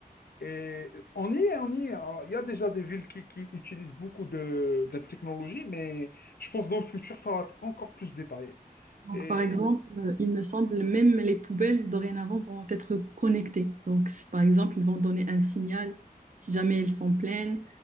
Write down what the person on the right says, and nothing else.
Donc,
par exemple, euh, il me semble même les poubelles dorénavant vont être connectées. Donc, c- par exemple, ils vont donner un signal si jamais elles sont pleines,